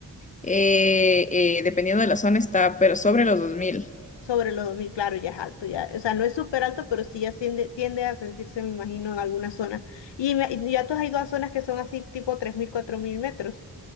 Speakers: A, on the left; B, on the left.
A: eh, eh, dependiendo de la zona está, pero sobre los dos mil.
B: Sobre los 2000 claro, ya es alto, ya, o sea, no es súper alto, pero sí ya tiende, tiende a sentirse, me imagino, en algunas zonas. Y, me- y ya tú has ido a zonas que son así, tipo tres mil cuatro mil metros.